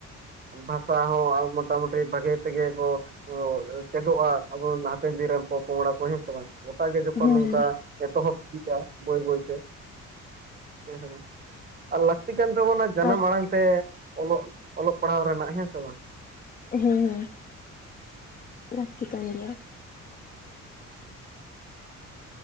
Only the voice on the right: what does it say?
ᱵᱷᱟᱥᱟ ᱦᱚᱸ ᱢᱚᱴᱟᱢᱩᱴᱤ ᱵᱷᱟᱜᱮ ᱛᱮᱜᱮ ᱠᱚ ᱪᱮᱫᱚᱜᱼᱟ ᱟᱵᱚ ᱦᱟᱯᱮᱱ ᱫᱤᱱ ᱨᱮᱱ ᱯᱚᱼᱯᱚᱝᱲᱟ ᱠᱚ ᱥᱮ ᱵᱟᱝ? ᱜᱚᱴᱟᱜ ᱜᱮ ᱡᱚᱠᱷᱚᱱ
ᱱᱚᱝᱠᱟ
ᱮᱛᱚᱦᱚᱵ ᱤᱫᱤᱜᱼᱟ ᱵᱟᱹᱭ ᱵᱟᱹᱭᱛᱮ ᱾ ᱦᱮᱸ ᱦᱮᱸ ᱟᱨ ᱞᱟᱹᱠᱛᱤ ᱠᱟᱱ ᱛᱟᱵᱚᱱᱟ ᱡᱟᱱᱟᱢ
ᱟᱲᱟᱝ ᱛᱮ ᱚᱞᱚᱜ ᱚᱞᱚᱜ ᱯᱟᱲᱦᱟᱣ ᱨᱮᱱᱟᱜ ᱦᱮᱸ ᱥᱮ ᱵᱟᱝ?
<inaudible>